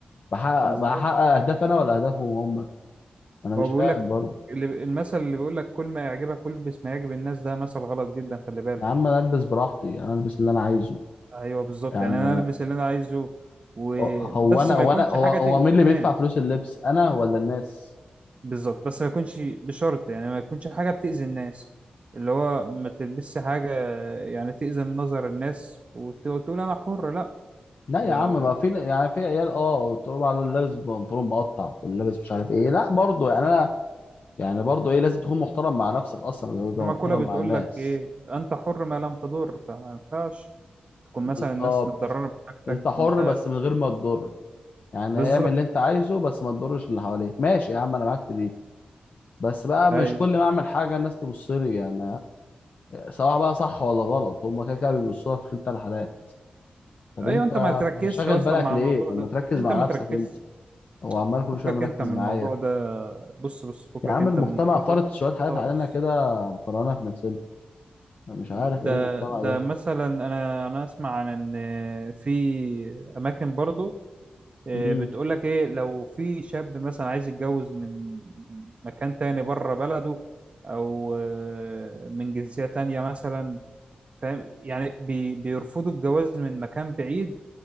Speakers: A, on the left (about 55°); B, on the right (about 45°).
A: بحقق
B: بالظبط
A: بحقق اهدافي انا ولا اهدافهم هم انا
B: هو
A: مش
B: بيقول
A: فاهم
B: لك
A: برضه
B: اللي... المثل اللي بيقول لك كل ما يعجبك البس ما يعجب الناس ده مثل غلط جدا خلي بالك
A: يا عم انا البس براحتي انا البس اللي انا عايزه
B: ايوه بالظبط
A: يعني
B: يعني انا البس اللي انا عايزه وبس
A: هو انا
B: ما
A: هو
B: يكونش
A: انا هو
B: حاجة
A: هو
B: تأذي
A: مين اللي
B: الناس
A: بيدفع فلوس اللبس انا ولا الناس
B: بالظبط بس ما يكونش بشرط يعني ما يكونش حاجة بتأذي الناس اللي هو ما تلبسش حاجة يعني تأذي نظر الناس وت- وتقول أنا حر لا
A: لا يا
B: يا
A: عم ما في يعني في عيال اه تقول على لابس بنطلون مقطع واللي لابس مش عارف ايه لا برضه يعني انا يعني برضه ايه لازم تكون محترم مع نفسك اصلا لازم تبقى
B: في مقولة
A: محترم
B: بتقول
A: مع الناس
B: لك إيه أنت حر ما لم تضر فما ينفعش تكون
A: بالظبط
B: مثلا الناس متضررة من حاجتك
A: انت حر
B: وأنت
A: بس من غير ما تضر يعني
B: بالظبط
A: اعمل اللي انت عايزه بس ما تضرش اللي حواليك ماشي يا عم انا معاك في دي بس بقى مش
B: أيوه
A: كل ما اعمل حاجه الناس تبص لي يعني سواء بقى صح ولا غلط هم كده كده بيبصوها في كلتا الحالات طب
B: أيوه
A: انت
B: أنت ما تركزش
A: شاغل
B: أصلا
A: بالك
B: مع
A: ليه
B: الموضوع
A: طب
B: ده
A: ما تركز
B: أنت
A: مع
B: ما
A: نفسك
B: تركزش
A: انت هو عمال كل
B: فكك
A: شويه مركز
B: أنت من
A: معايا
B: الموضوع ده بص بص فكك
A: يا عم
B: أنت
A: المجتمع
B: من الموضوع
A: فرض
B: ده
A: شويه حاجات
B: خالص
A: علينا كده مقارنه في نفسنا أنا مش عارف
B: ده
A: ايه المجتمع
B: ده
A: ده
B: مثلا انا انا اسمع عن ان في اماكن برضو آه،
A: امم
B: بتقولك ايه لو في شاب مثلا عايز يتجوز من من مكان تاني بره بلده او آه، من جنسية تانية مثلا فاهم يعني بي بيرفضوا الجواز من مكان بعيد